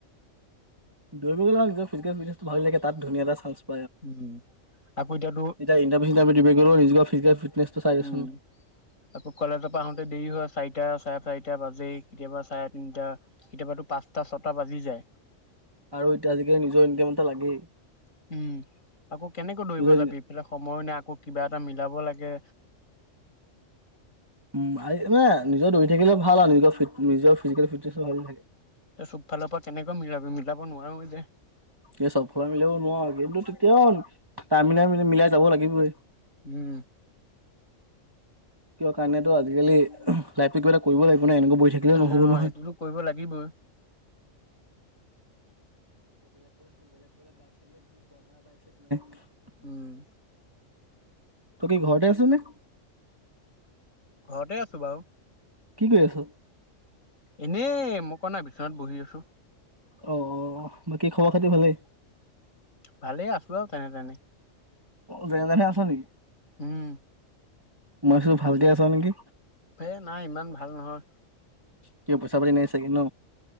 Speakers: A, on the right (about 20°); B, on the left (about 85°).
A: দৌৰি <unintelligible> নিজৰ ফিজিকেল ফিটনেচটো ভাল লাগে তাত ধুনীয়া এটা চাইজ
B: উম। আকৌ এতিয়াতো
A: এতিয়া ইন্টাৰভিউ - দিব গলেও নিজৰ ফিজিকেল ফিটনেছটো চাই দেচোন।
B: উম আকৌ কলেজৰ পৰা আহোতে দেৰি হয় চাৰিটা চাৰে চাৰিটা তিটা বাজেই। কেতিয়াবা চাৰে তিনটা কেতিয়াবাটো পাঁচটা ছটা বাজি যায়।
A: আৰু এতিয়া আজিকালি নিজৰ ইনকাম এটা লাগেই।
B: উম, আকৌ কেনেকৈ দৌৰিব
A: নিজৰ
B: যাবি ইফালে সময়ো নাই আকৌ কিবা এটা মিলাব লাগে
A: উম, মানে নিজৰ দৌৰি থাকিলে ভাল আৰু নিজৰ ফিট নিজৰ ফিজিকেল ফিটনেছো ভাল থাকে।
B: এ চব ফালৰ পৰা কেনেকৈ মিলাবি মিলাব নোৱাৰো যে।
A: এই চব ফালে মিলাব নোৱাৰা কিন্তু, তেতিয়াও টাইম মিলাই -মিলাই যাব লাগিবয়ে।
B: উম
A: কিয় কাৰণেতো আজিকালি লাইফ পিক' এটা কৰিব লাগিব। আপুনি এনেকে বহি থাকিলে
B: অ'
A: নহ'ব নহয়।
B: সেইটোতো কৰিব লাগিবই
A: <unintelligible>
B: উম।
A: তই কি ঘৰতে আছ নে?
B: ঘৰতে আছো বাৰু।
A: কি কৰি আছ?
B: এনেই মই কোৱা নাই বিচনাত বহি আছো।
A: অ', - অ', - অ', বাকী খবৰ খাতি ভালে?
B: ভালেই আছো আৰু যেনে -তেনে।
A: যেনে তেনে আছ নেকি?
B: উম।
A: মই চো ভালকে আছা নেকি?
B: হে নাই ইমান ভাল নহয়।
A: কি পইছা-পাতি নাই চাগে ন?